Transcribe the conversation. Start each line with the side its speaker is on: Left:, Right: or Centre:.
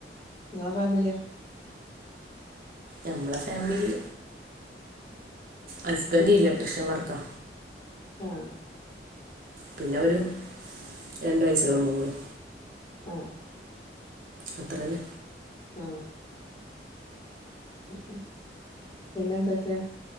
Left: ഇങ്ങളെ ഫാമില്യോ
Right: ഞമ്മളെ ഫാമിലി ഹസ്ബൻ്റ് ഇലക്ട്രീഷം വർക്കാ
Left: ആ
Right: പിന്നെ ഒരു രണ്ട് വയസുള്ള മോളും
Left: ആ
Right: അത്ര തന്നെ
Left: ആ <unintelligible> പിന്നെന്തൊക്കെയാ